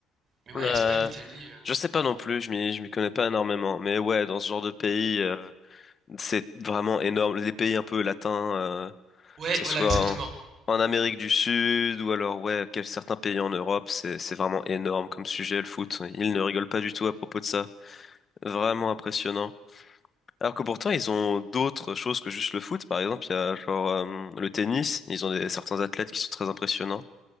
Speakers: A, on the right (about 45°); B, on the left (about 35°).
A: Mais ouais,
B: Euh,
A: Espagne, Italie. euh,
B: je sais pas non plus. Je m'y, je m'y connais pas énormément. Mais ouais, dans ce genre de pays. C'est vraiment énorme. Les pays un peu latins, euh,
A: Ouais,
B: que ce
A: voilà,
B: soit
A: exactement.
B: en, en Amérique du Sud ou alors ouais, quel- certains pays en Europe, c'est c'est vraiment énorme comme sujet le foot. Ils ne rigolent pas du tout à propos de ça. Vraiment impressionnant. Alors que pourtant ils ont d'autres choses que juste le foot. Par exemple, il y a genre euh, le tennis. Ils ont des, certains athlètes qui sont très impressionnants.